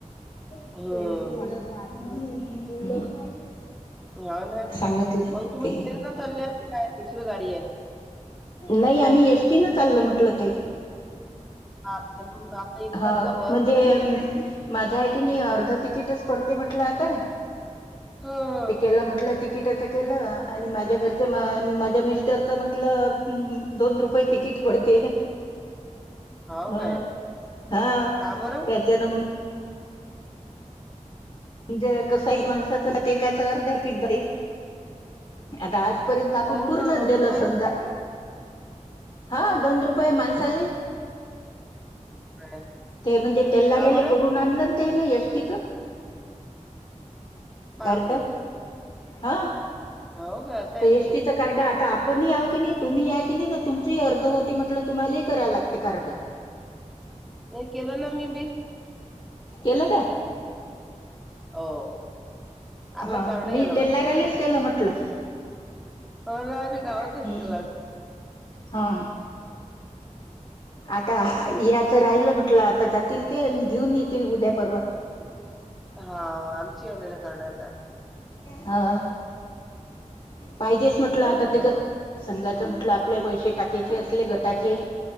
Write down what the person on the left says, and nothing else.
<unintelligible>
सांगितलं
ते
नाही आम्ही एस टी चाललो म्हटलं ताई
हा
म्हणजे माझा आहे की नाही अर्ध तिकीटच पडते म्हटलं आता
ते केला म्हटलं ति किटाचं केलं आणि माझ्या घरच्या मा माझ्या मिस्टरचं म्हटलं दोन रुपये तिकीट पडते
हा
हा
त्याच्यान मंग म्हणजे कसही माणसाच ते एकाच अर्ध तिकीट जाईल आता आज पर्यंत आपण
पूर्णचं
देलो
समजा हा दोन रुपये माणसाले
ते म्हणजे तेल्लारेला
करून आणलं ते ना एस टी चं.
कार्ड हा
ते एस टी चं? कार्ड आता आपणही याऊ की नाही तुम्ही या कि नाही तर तुमचेही अर्ध होते म्हटलं तुम्हालाही कराय लागते कार्ड.
केलं का?
हा
मी तेला
रलीज केलं म्हटलं,
हम्म
हा. आता याचं राहिलं म्हटलं आता जातील ते घेऊन येतील उद्या पर्व ह.
हा पाहिजेच म्हटलं आता ते
क संघाचं म्हटलं आपल्या पैसे टाक्याचे असले गटाचे